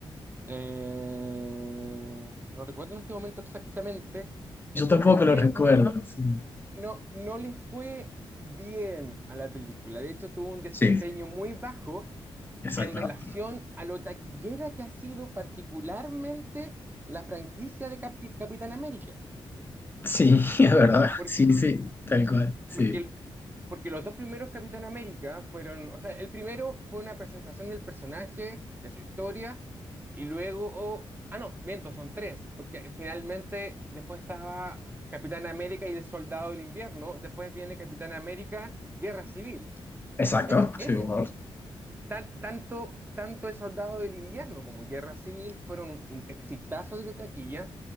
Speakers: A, on the right; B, on the left.
A: eh, no recuerdo en este momento exactamente.
B: Yo
A: El
B: tampoco
A: punto es que
B: lo recuerdo.
A: no.
B: sí.
A: No, no le fue bien a la película. De hecho, tuvo un desempeño
B: Sí,
A: muy bajo
B: exactamente.
A: en relación a lo taquillera que ha sido particularmente la franquicia de Capi- Capitán América.
B: Sí, <laughs> es verdad.
A: Por-
B: Sí, sí, tal cual. Sí,
A: porque, porque los dos primeros Capitán América fueron, o sea, el primero fue una presentación del personaje, de su historia, y luego, oh, ah, no, miento, son tres, porque finalmente después estaba Capitán América y el Soldado del Invierno, después viene Capitán América, Guerra Civil.
B: exacto.
A: Es, es
B: Sí, vos.
A: tan- tanto, tanto El Soldado del Invierno como Guerra Civil fueron un, un exitazo de taquilla